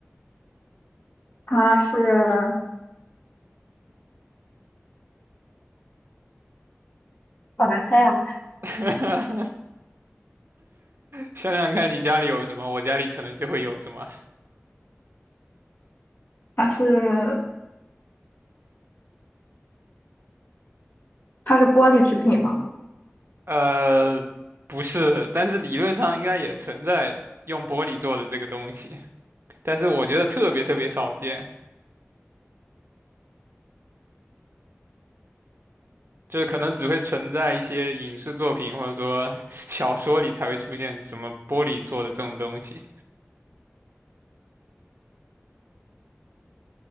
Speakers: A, on the left; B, on the right.
A: 它是好难猜啊，
B: <laughs> 想想看，你家里有什么，我家里可能就会有什么。
A: 它是它是玻璃制品吗？
B: 呃，不是，但是理论上应该也存在用玻璃做的这个东西，但是我觉得特别特别少见。就是可能只会存在一些影视作品或者说 <laughs> 小说里才会出现什么玻璃做的这种东西。